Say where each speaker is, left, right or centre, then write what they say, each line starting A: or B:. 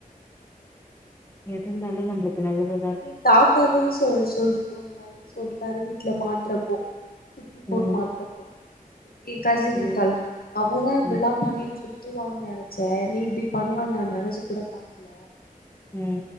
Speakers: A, on the left; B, on the left.
A: எதுந்தாலு நம்மளுக்கு நல்லது
B: நீ தாத்தாவே சொ சொல்ட்ட <unintelligible> சொல்லிட்டாரு வீட்டுல மாட்ரப்போ குட்டி பொன்னு
A: ம்.
B: மாட்றப்போ ஏ கசின்
A: ம்.
B: இருக்கால அவதா இப்ல்லா
A: ம்.
B: பன்னி சுத்துவானு நினைச்சே நீ இப்டி பண்ணுவ நா நனச்சு கூட பாக்கல
A: ம்